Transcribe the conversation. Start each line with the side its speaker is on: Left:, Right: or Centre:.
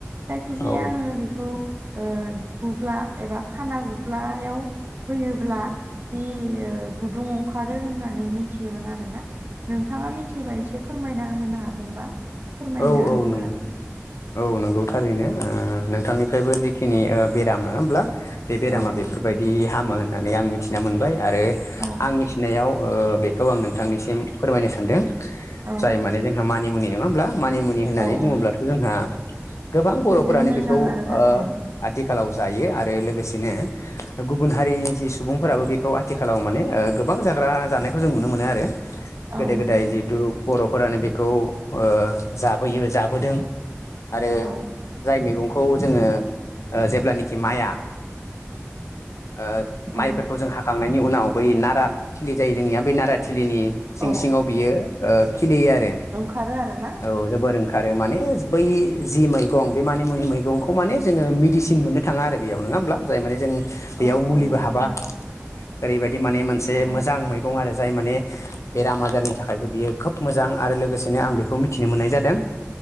Right: जायखिजाया
Left: औ
Right: आङो। बेखौ ओ गुग्ला एबा खाना गुग्लायाव होयोब्ला बे गुदुं खारो होननानै मिथियोमोन आरो ना नोंथाङा मिथिबा एसे फोरमायना होनो हागोनबा। फोरमायनो
Left: औ औ
Right: होनो
Left: नंगौ
Right: हागोन
Left: औ नंगौ थारैनो नोंथांनि फ्रायबो जिखिनि ओ बेराम नङा होमब्ला बे बेरामा
Right: औ
Left: बेफोरबायदि हामो होननानै आं मिथिना मोनबाय आरो
Right: औ
Left: आं मिथिनायाव ओ बे खौ आं नोंथांनिसिम फोरमायनो सानदों
Right: औ
Left: जाय माने जोंहा मानिमुनि नङा होमब्ला मानिमुनि होननानै
Right: औ
Left: बुङोब्लाथ'
Right: औ
Left: जोंहा गोबां बर'फोरानो
Right: जोबोद मोजां
Left: बेखौ ओ
Right: आरोना औ
Left: आथिखालाव जायो आरो लोगोसेनो गुबुन हारिनि जि सुबुंफोराबो बेखौ आथिखालाव माने ओ गोबां जाग्रा जानायखौ जों नुनो मोनो आरो
Right: औ
Left: गोदो
Right: नंगौ
Left: गोदाय
Right: नोंथां
Left: जिहेथु बर'फोरानो बेखौ ओ जाबोयो जाबोदों आरो
Right: औ
Left: जाय मैगंखौ जोङो जेब्लानाखि माइया ओ
Right: औ
Left: माइफोरखौ जों हाखांनायनि उनाव बै नारा थिलि जायो जोंनिया बै नारा थिलिनि सिं
Right: औ
Left: सिङाव बियो ओ खिलियो आरो
Right: खारो आरो ना
Left: औ जोबोर ओंखारो माने बै जि मैगं बे मानि मुनि मैगंखौ माने जोङो मेदिसिन मोनो थाङा आरो बेयाव नङा होमब्ला जाय माने जों बेयाव
Right: औ
Left: मुलिबो
Right: औ नंगौ
Left: हाबा ओरैबायाददि माने मोनसे
Right: औ
Left: मोजां मैगं आरो जाय माने बेराम आजारनि थाखायबो बियो खोब मोजां। आरो लोगोसेनो आं बे खौ मिथिनो मोननाय जादों